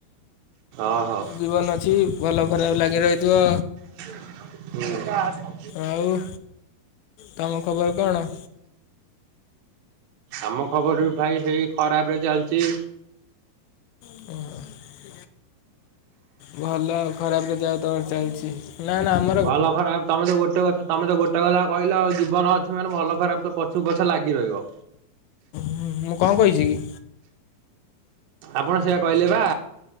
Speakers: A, on the right (about 75°); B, on the left (about 80°).
A: ଓହୋ
B: ଜୀବନ ଅଛି, ଭଲ ଖରାପ୍ ଲାଗିରହିଥିବ।
A: ହୁଁ।
B: ଆଉ, ତମ ଖବର କଣ?
A: ଆମ ଖବର ବି ଭାଇ ହେଇ ଖରାପରେ ଚାଲିଚି।
B: ଉଁ ହୁଁ। ଭଲ, ଆଉ ଖରାପ ଯଦି ଆଉ ତର ଚାଲିଛି। ନା ନା ଆମ
A: ଭଲ ଖରାପ୍ ତମେ ତ ଗୋଟେ କଥା ତମେ ତ ଗୋଟେ କଥା କହିଲ ଆଉ, ଜୀବନ ଅଛି ମାନେ ଭଲ ଖରାପ ତ ପଛୁ ପଛ ଲାଗି ରହିବ।
B: ହୁଁ, ମୁଁ କଣ କହିଛିକି?
A: ଆପଣ ସେଆ କହିଲେ ବା!